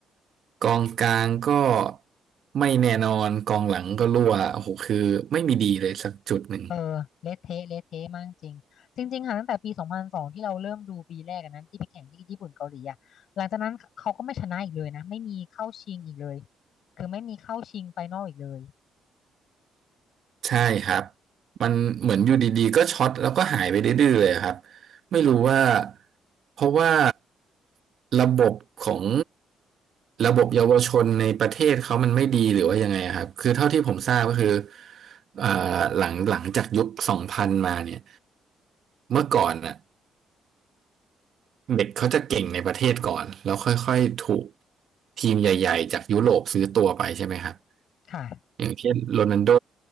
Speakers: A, on the right; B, on the left.
A: กองกลางก็ไม่แน่นอนกองหลังก็รั่วโอ้โหคือไม่มีดีเลยสักจุดหนึ่ง
B: เออเละเทะเละเทะมากจริงจริงๆค่ะตั้งแต่ปีสองพันสองที่เราเริ่มดูปีแรกอันนั้นที่ไปแข่งที่ญี่ปุ่นเกาหลีอะหลังจากนั้นเขาก็ไม่ชนะอีกเลยนะไม่มีเข้าชิงอีกเลยคือไม่มีเข้าชิงไฟนอลอีกเลย
A: ใช่ครับ มันเหมือนอยู่ดีๆก็ช็อตแล้วก็หายไปดื้อๆเลยครับไม่รู้ว่าเพราะว่าระบบของระบบเยาวชนในประเทศเขามันไม่ดีหรือว่ายังไงครับคือเท่าที่ผมทราบก็คือเอ่อหลังหลังจากยุคสองพันมาเนี่ย เมื่อก่อนน่ะเด็กเขาจะเก่งในประเทศก่อนแล้วค่อยๆถูกทีมใหญ่ๆจากยุโรปซื้อตัวไปใช่ไหมครับ
B: ค่ะ
A: อย่างเช่นโรนัลโด